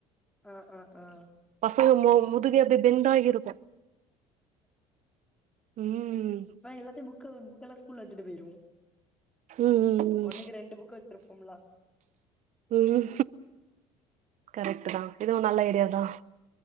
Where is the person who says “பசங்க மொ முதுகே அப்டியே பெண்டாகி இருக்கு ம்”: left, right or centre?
Right